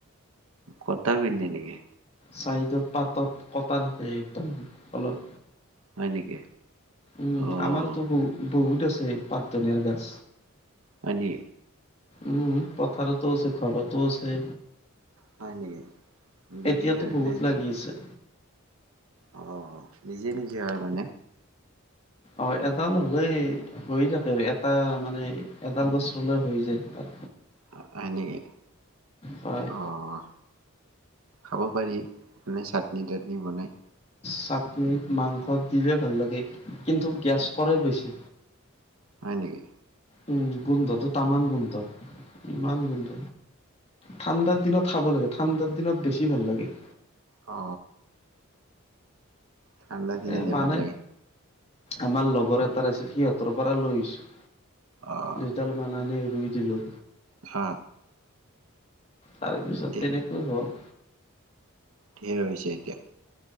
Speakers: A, on the right; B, on the left.
A: কতা পিন্ধে নেকি?
B: চাইডত পাতত কটা থাকে একদম অলপ।
A: হয় নেকি?
B: উম
A: অ
B: আমাৰতো বহু বহুত আছে পাত ধনীয়াৰ গাছ।
A: হয় নি?
B: উম পথাৰতো আছে ঘৰতো আছে।
A: হয় নেকি? বিক্ৰী
B: এতিয়াতো
A: হয়
B: বহুত
A: নে এতিয়া?
B: লাগি আছে।
A: অ নিজে নিজে হয় মানে।
B: অ এডাল হলেই হৈয়ে থাকে আৰু এটা মানে এডাল গছ ৰুলে হৈ যায় তাত।
A: অ হয় নেকি?
B: হয়।
A: অহ খাব পাৰি, মানে চাটনি তাটনি বনাই।
B: চাটনি মাংস দিলে ভাল লাগে। কিন্তু গেছ কৰে বেছি।
A: হয় নেকি
B: উম গোন্ধটো তামাম গোন্ধ ইমান গোন্ধ। ঠাণ্ডাৰ দিনত খাব লাগে ঠাণ্ডাৰ দিনত বেছি ভাল লাগে।
A: অ ঠাণ্ডা দিনতে
B: এ মানে
A: ভাল লাগে।
B: আমাৰ লগৰ এটাৰ আছিল, সিহঁতৰ পৰা লৈছো।
A: অ'
B: দুইডাল মান আনি ৰুই দিলো।
A: হা
B: তাৰ পিছত
A: এতিয়া
B: তেনেকৈ হল।
A: ধেৰ হৈছে এতিয়া।